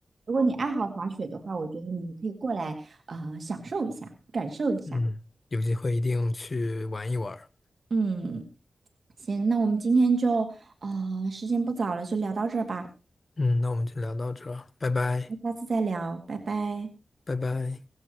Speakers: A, on the right; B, on the left.
A: 如果你爱好滑雪的话，我觉得你可以过来呃享受一下，感受一下。
B: 嗯，有机会一定去玩一玩儿
A: 嗯，行，那我们今天就呃时间不早了，就聊到这儿吧，
B: 嗯，那我们就聊到这儿拜拜，
A: 那下次再聊，拜拜。
B: 拜拜。